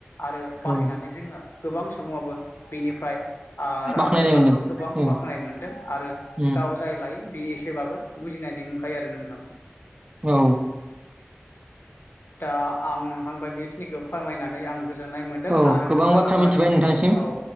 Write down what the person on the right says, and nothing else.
औ
बाख्नायनाय
मोनदों
औ
उम
औ'
औ
गोबां
बाथ्रा
मिथिबाय नोंथांसिम